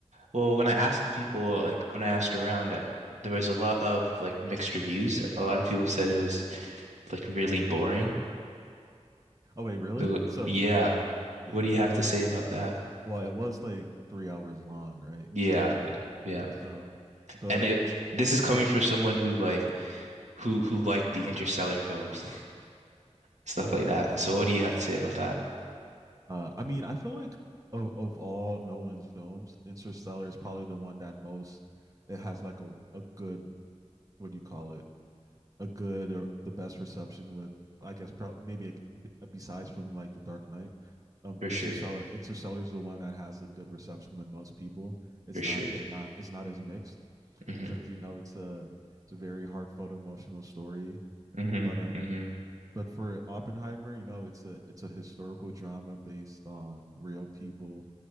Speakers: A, on the right; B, on the right.
A: well when I asked people like when I asked around uh, there was a lot of like mixed reviews. A lot of people said it was like really boring.
B: Oh wait, really?
A: So
B: So
A: yeah.
B: th-
A: What do
B: they,
A: you have to say about that?
B: well, it was like three hours long, right?
A: Yeah. Yeah.
B: So, but
A: and it this is coming
B: go.
A: from someone who like who who liked the interstellar films and stuff like that so what do you have to say about that
B: Uh, I mean, I feel like of, of all Nolan's films, Interstellar is probably the one that most it has like a a good what do you call it? A good or the best reception with I guess prob- maybe a, b- besides from like The Dark Knight. Um,
A: for sure
B: Interstellar Interstellar is the one that has a good reception with most people. It's
A: for sure
B: not they're not it's not as mixed.
A: hmm
B: because you know it's a it's a very heartfelt emotional story
A: hmm
B: but um
A: hmm
B: but for oppenheimer you know it's a it's a historical drama based on real people